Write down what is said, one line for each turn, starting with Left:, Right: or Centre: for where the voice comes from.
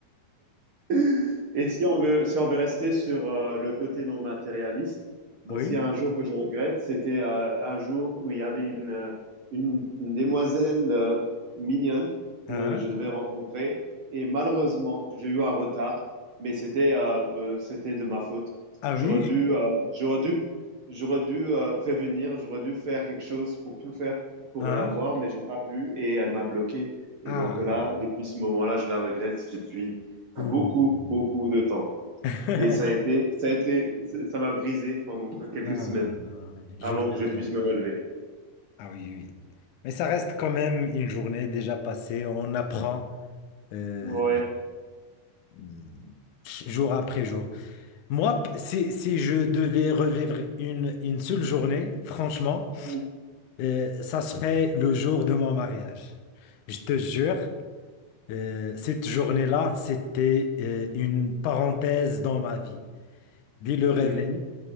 Right: <laughs> Et si on veut, si on veut rester sur euh, le côté non matérialiste, bon,
Left: Oui,
Right: s'il y a un jour que je regrette, c'était euh, un jour où il y avait une, euh, une, une demoiselle euh, mignonne
Left: hein?
Right: que je devais rencontrer. Et malheureusement, j'ai eu un retard, mais c'était euh, euh, c'était de ma faute.
Left: Ah
Right: J'aurais
Left: oui,
Right: dû, euh, j'aurais dû, j'aurais dû euh, prévenir, j'aurais dû faire quelque chose pour tout faire pour
Left: hein?
Right: la voir, mais j'ai pas pu et elle m'a bloqué.
Left: Ah,
Right: Et donc là, depuis ce moment-là, je la regrette depuis
Left: ouh.
Right: beaucoup, beaucoup de temps.
Left: <laughs>
Right: Et ça a été, ça a été, ça m'a brisé pendant quelques
Left: Ah, ah,
Right: semaines
Left: ah, je
Right: avant
Left: vois
Right: que je
Left: bien.
Right: puisse me relever.
Left: Ah oui, oui. Mais ça reste quand même une journée déjà passée. On apprend euh,
Right: Ouais.
Left: euh, jour après jour. Moi, p- si, si je devais revivre une, une seule journée, franchement,
Right: Mhm,
Left: euh, ça serait le jour de mon mariage. Je te jure, euh, cette journée-là, c'était euh, une parenthèse dans ma vie. Dès le
Right: mhm,
Left: réveil,